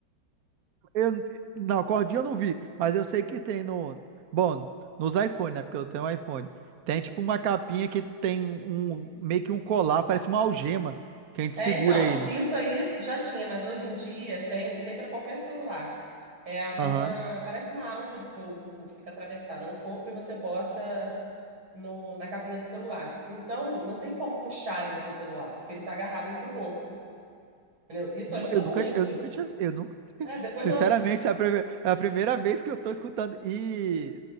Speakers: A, on the right (about 55°); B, on the right (about 85°).
A: Eu, não, cordinha eu não vi, mas eu sei que tem no, bom, nos iPhone, né? Porque eu tenho um iPhone. Tem tipo uma capinha que tem um, um, meio que um colar, parece uma algema que a gente
B: É,
A: segura
B: então,
A: ele.
B: isso aí já tinha, mas hoje em dia tem, tem para qualquer celular. É uma,
A: Aham.
B: parece uma alça de bolsa assim que fica atravessada no corpo e você bota no, na capinha do celular. Então, não tem como puxarem o seu celular, porque ele está agarrado no seu corpo. entendeu? Isso ajuda
A: Eu
B: muito.
A: nunca, ti- eu nunca tinha, eu nunca,
B: É, depois
A: sinceramente,
B: da,
A: é a, prime- é a primeira vez que eu tô escutando e